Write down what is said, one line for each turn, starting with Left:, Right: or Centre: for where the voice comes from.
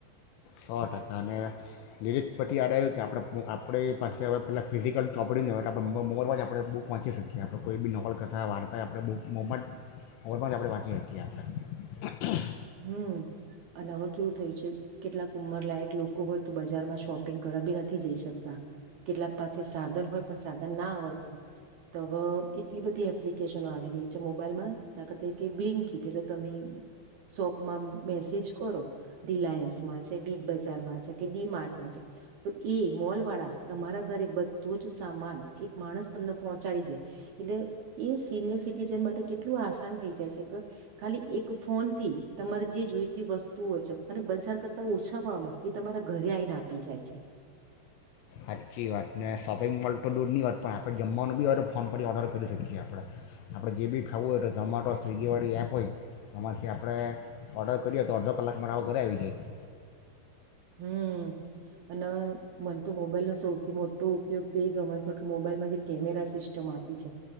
Left: સો ટકા અને લીરી પછી આાર આવ્યું કે આપણે આપણી પાસે હવે પેલાં ફિઝિકલ ચોપડી નહી હોય તો આપણે મોબલમાં જ આપણે બુક વાંચી શકીએ આપણે કોઈ બી નોકલ કથા વાર્તાય આપણે બુક મોમાં જ મોબલમાં જ આપણે વાંચી શકીએ આપણે
Right: હમ અને હવે કેવું થયું છે કેટલાક ઉંમર લાયક લોકો હોય તો બજારમાં શોપિંગ કરવા બી નથી જઈ શકતા કેટલાક પાસે સાધન હોય પણ સાધન ના આવડતું હોય તો હવે એટલી બધી એપ્લિકેશનો આવી રહી છે મોબાઈલમાંખ કે બ્લિંકટ એટલે તમે શોપમાં મેસેજ કરો રિલાયન્સમાં છે બીગ બજારમાં છે કે ડી માર્ટમાં છે તો એ મોલ વાળા તમારા ઘરે બધું જ સામાન એક માણસ તમને પહોંચાડી દે એટલે એ સિનિયર સિટીઝન માટે કેટલું આસાન થઈ જાય છે કે ખાલી એક ફોન થી તમારે જે જોઈતી વસ્તુઓ છે અને બજાર કરતા ઓછાવામાં એ તમારા ઘરે આવીઈને આપી જાય છે
Left: સાચી વાતને શોપિંગ મોૉલ તો દૂર નહીં હોત પણ આપણે જમવાનું બી હોય તો ફોન પર ઓર્ડર કરી શકીએ આપણે આપણે જે બી ખાવું હોય તો ઝોમેટો સ્વિગીવાળી એપ હોય એમાંથી આપણે ઓર્ડર કરીએ તો અડધો કલાકમાં આવો ઘરે આવી જાય
Right: હમ અને મને તો મોબાઈલનો સૌથી મોટો ઉપયોગ તો એ ગમે છે કે મોબાઈલમાં જે કેમેરા સિસ્ટમ આપી છે